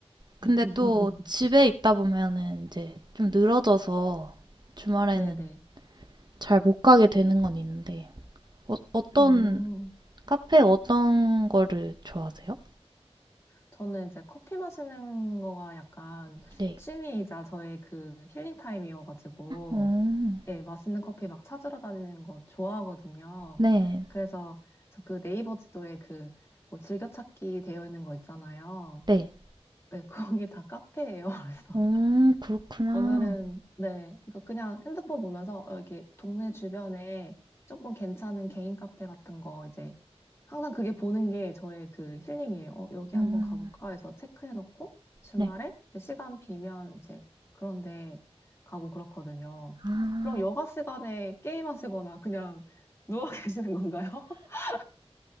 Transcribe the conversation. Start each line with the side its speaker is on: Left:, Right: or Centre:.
Left: <laughs>
Right: 근데 또 집에 있다 보면은 이제 좀 늘어져서 주말에는
Left: 네네.
Right: 잘 못 가게 되는 건 있는데, 어, 어떤,
Left: 음,
Right: 카페 어떤 거를 좋아하세요?
Left: 저는 이제 커피 마시는 거가 약간
Right: 네.
Left: 취미이자 저의 그 힐링 타임이어가지고,
Right: 음.
Left: 예, 맛있는 커피 막 찾으러 다니는 거 좋아하거든요.
Right: 네.
Left: 그래서 저 그 네이버 지도에 그 뭐 즐겨찾기 되어 있는 거 있잖아요.
Right: 네.
Left: 네, 거기 다 카페예요. <laughs> 그래서
Right: 음, 그렇구나.
Left: 오늘은 네, 그러니까 그냥 핸드폰 보면서 어, 이렇게 동네 주변에 조금 괜찮은 개인 카페 같은 거 이제 항상 그게 보는 게 저의 그 힐링이에요. 어, 여기
Right: 음.
Left: 한번 가볼까 해서 체크해놓고 주말에
Right: 네.
Left: 이제 시간 비면 이제 그런데 가고 그렇거든요.
Right: 아,
Left: 그럼 여가 시간에 게임하시거나 그냥 누워 <laughs> 계시는 건가요? <laughs>